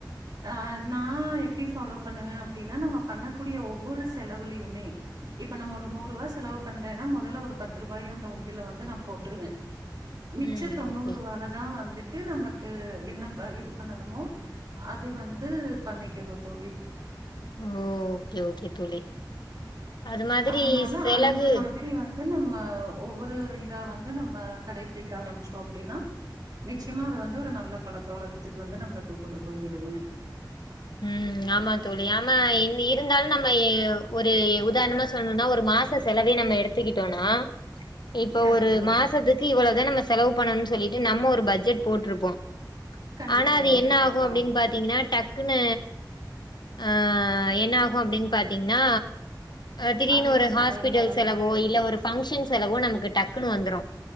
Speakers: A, on the right; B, on the left.
A: ஆ நா எப்டி ஃபாலோ பண்ணுவே அப்டின்னா நம்ம பண்ணக்கூடிய ஒவ்வொரு செலவுலியுமே இப்ப நம்ம ஒரு நூறு ரூவா செலவ் பண்றேன்னா மொதல்ல ஒரு பத்து ரூபாய அந்த உண்டியல்ல வந்து நா போட்டுருவே மிச்ச
B: ம்
A: தொண்ணூறு
B: ஓகே
A: ரூவால தா வந்துட்டு நமக்கு என்னப்ப இது பண்ணணுமோ அது வந்து பண்ணிக்கணு தோழி
B: ஓ ஓகே ஓகே தோழி அது மாதிரி
A: அதனால
B: செலவு
A: அந்த மாதிரி வந் ந்து நம்ம ஒவ்வொரு இதா வந்து நம்ம கடைபிடிக்க ஆரம்பிச்சோ அப்டின்னா நிச்சயமா அது வந்து ஒரு நல்ல பழக்க வழக்கத்துக்கு வந்து நம்மளுக்கு கொண்டு போய் விடுங்க
B: ம் ஆமா தோழி ஆமா இன் இருந்தாலு நம்ம ஒரு உதாரணமா சொல்னுன்னா ஒரு மாச செலவே நம்ம எடுத்திக்கிட்டோனா இப்ப
A: கண்டிப்பா
B: ஒரு மாசத்துக்கு இவ்ளதா நம்ம செலவு பண்ணணுனு சொல்லிட்டு நம்ம ஒரு பட்ஜெட் போட்ருப்போ
A: கண்டிப்பாங்க
B: ஆனா அது என்ன
A: கண்டிப்பா
B: ஆகு அப்டின்னு பாத்தீங்கன்னா டக் குன்னு ஆ என்ன ஆகு அப்டின்னு பாத்தீங்கன்னா திடீர்னு
A: அதிக
B: ஒரு
A: செலவுல
B: ஹாஸ்பிட்டல்
A: வந்து
B: செலவோ இல்ல ஒரு ஃபங்க்ஷன் செலவோ நமக்கு டக்குன்னு வந்துரு